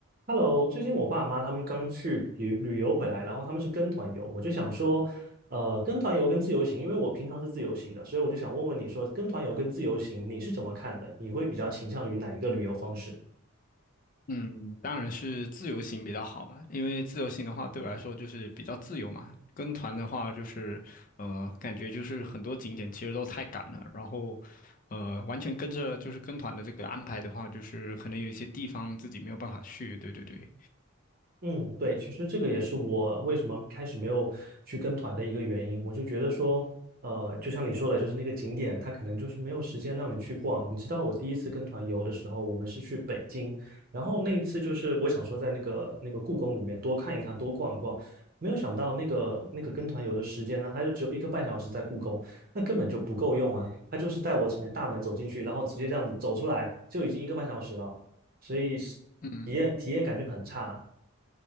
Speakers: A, on the right; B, on the left.
A: Hello，最近我爸妈他们刚去旅旅游回来，然后他们是跟团游，我就想说，呃，跟团游跟自由行，因为我平常是自由行的，所以我就想问问你说，跟团游跟自由行你是怎么看的？你会比较倾向于哪一个旅游方式？
B: 嗯，当然是自由行比较好吧，因为自由行的话对我来说就是比较自由嘛。跟团的话就是，呃，感觉就是很多景点其实都太赶了，然后，呃，完全跟着就是跟团的这个安排的话，就是可能有一些地方自己没有办法去。对对对，
A: 嗯，对，其实这个也是我为什么一开始没有去跟团的一个原因。我就觉得说，呃，就像你说的，就是那个景点，它可能就是没有时间让你去逛。你知道，我第一次跟团游的时候，我们是去北京，然后那一次就是我想说在那个那个故宫里面多看一看，多逛一逛，没有想到那个那个跟团游的时间呢，它就只有一个半小时在故宫，那根本就不够用啊。他就是带我从大门走进去，然后直接这样子走出来，就已经一个半小时了，所以是体验体验感就很差。
B: 嗯